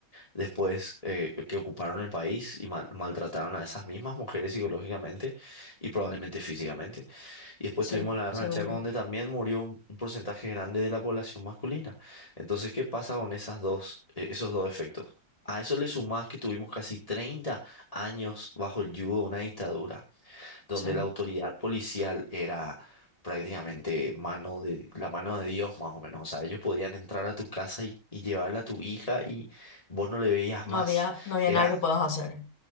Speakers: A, on the left; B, on the left.
A: Después eh, que ocuparon el país y mal- maltrataron a esas mismas mujeres psicológicamente y probablemente físicamente. Y después
B: sí,
A: tuvimos la guerra
B: seguro,
A: del Chaco, donde también murió un un porcentaje grande de la población masculina. Entonces, ¿qué pasa con esas dos, eh, esos dos efectos? A eso le sumás que tuvimos casi treinta años bajo el yugo de una dictadura, donde
B: sí.
A: la autoridad policial era prácticamente mano de, la mano de Dios, más o menos. O sea, ellos podían entrar a tu casa y, y llevarle a tu hija y vos no le veías
B: No
A: más.
B: había, no había
A: Era
B: nada que puedas hacer.